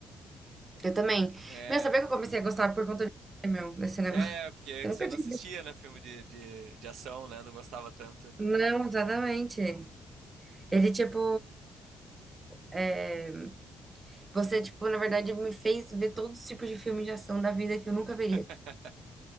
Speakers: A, on the right; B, on the right.
A: Eu também.
B: O- É,
A: Meu, sabia que eu comecei a gostar por conta de meu, desse negócio?
B: é, porque
A: <laughs>
B: é
A: Eu
B: que
A: nunca
B: você não
A: tinha
B: assistia,
A: visto.
B: né? Filme de, de, de ação, né? Não gostava tanto.
A: Não, exatamente. Ele, tipo. é, Você, tipo, na verdade, me fez ver todos os tipos de filmes de ação da vida que eu nunca veria.
B: <laughs>